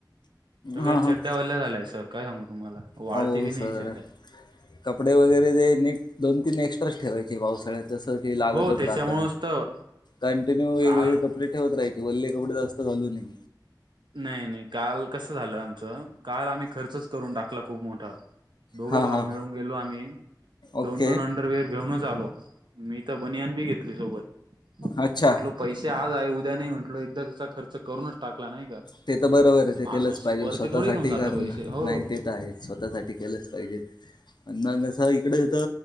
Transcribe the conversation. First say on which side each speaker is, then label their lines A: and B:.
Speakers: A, on the right; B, on the left.
A: सगळ्या
B: हां,
A: चड्डया
B: हां.
A: वल्या झाल्या सर काय सांगू तुम्हाला वाळती
B: हो
A: बी नाही
B: सर
A: चड्ड्या.
B: कपडे वगैरे ते नीट दोन तीन एक्स्ट्राच ठेवायचे पावसाळ्यात. जस की लागतच
A: हो त्याच्यामुळेच
B: राहत
A: तर
B: कंटिन्यू वेगवेगळे
A: काल
B: कपडे ठेवत राहाचे वल्ले कपडे जास्त घालू नये.
A: नाही नाही काल कसं झालं आमचं काल आम्ही खर्चच करून टाकला खूप मोठा. दोघं
B: हां
A: भाव
B: हां
A: मिळून गेलो आम्ही दोन
B: ओके
A: दोन अंडरवेअर घेऊनच आलो मी तर बनियान बी घेतली सोबत.
B: अच्छा
A: म्हटलो पैसे आज आहे उद्या नाही म्हटलो एकदाचा खर्च करूनच टाकला नाही का.
B: ते तर बरोबर आहे ते
A: माणूस
B: केलंच पाहिजे
A: वरती
B: स्वतःसाठी
A: थोडे घेऊन जात
B: कारण
A: पैसे हो
B: नाही ते त आहे. स्वतःसाठी केलंच पाहिजे. अण्णा नसा इकडे त